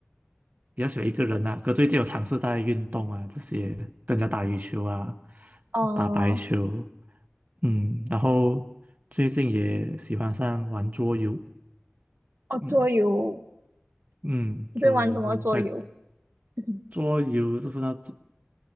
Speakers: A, on the right; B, on the right.
A: 比较喜欢一个人啊。可最近有尝试在运动啊，这些跟人家打羽球啊，
B: 哦
A: 打排球，嗯，然后最近也喜欢上玩桌游，
B: 哦，桌游，
A: 嗯嗯，
B: 你在玩什么桌游？
A: 桌游就是在
B: <laughs>
A: 桌游就是那种